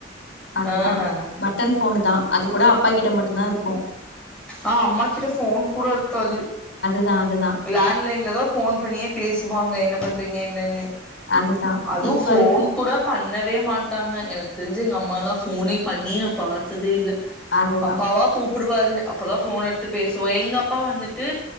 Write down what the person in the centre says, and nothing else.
ஆ ஹா
ஆ அம்மாக்கிட்ட ஃபோன் கூடருக்காது
லேண்ட்லைன்லதா ஃபோன் பண்ணியே பேசுவாங்க என்ன பண் றீங்க என்னன்னு
அதூ
ஃபோன்
கூட பண் ணவே மாட்டாங்க எனக் தெருஞ்சு எங்க அம்மால்லா ஃபோனே பண்ணியே நா பாத்ததே இல்ல
அப்பாவ கூப் புடுவாரு அப்பதா ஃபோன் எடுத்து பேசுவோ எங்க அப்பா வந்துட் டு